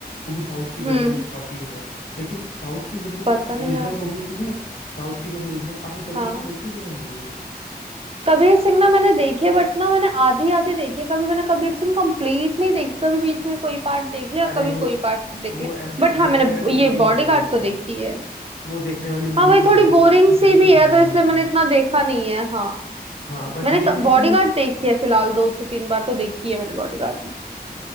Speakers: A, on the left (about 80°); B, on the right (about 35°).
A: वो भी साउथ की जबरदस्त
B: हम्म
A: कॉपी है लेकिन साउथ की जब वो
B: पता नहीं
A: ओरिजिनल
B: यार
A: मूवी थी ना साउथ की जब ओरिजिनल आपने कबीर
B: हाँ
A: सिंह देखी है कि नहीं मूवी
B: कबीर सिंह ना मैंने देखे बट ना मैंने आधी आधी देखी है। कभी मैंने कबीर सिंह कंप्लीट नहीं देखी कभी बीच में कोई पार्ट देख लिया
A: अरे
B: कभी
A: वो
B: कोई पार्ट देख
A: वो
B: लिया
A: ऐसे
B: बट हाँ
A: देखने
B: मैंने
A: वाली मूवी
B: ये बॉडीगार्ड
A: नहीं है
B: तो
A: वो
B: देखी है
A: वो देखने वाली मूवी
B: हाँ भाई
A: भी
B: थोड़ी
A: नहीं है
B: बोरिंग
A: कुछ इंटरेस्टिंग
B: सी भी है
A: है
B: तो
A: नहीं
B: इसलिए
A: उसमें
B: मैंने इतना देखा नहीं है हाँ
A: हाँ बट
B: मैंने
A: ये है
B: बॉडीगार्ड
A: कि
B: देखी है फिलहाल दो से तीन बार तो देखी है मैंने बॉडीगार्ड भी।